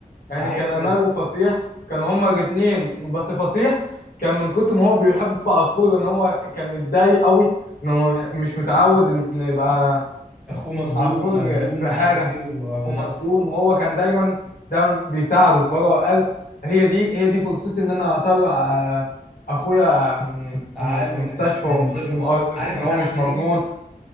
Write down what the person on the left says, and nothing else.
يعني
كان امال
وفصيح كانوا هما الاتنين بس فصيح كان من كتر ما هو بيحب عصفور لان هو كان متضايق قوي ان هو مش متعود ان يبقى
عصفور
في
حاجة
ومسجون وهو كان دايما دايما بيساعده فهو قال هي دي هي دي فرصتي إن أنا أطلع آه، أخويا من
من
مستشفى
وم-
قصدي
إن
هو مش
مجنون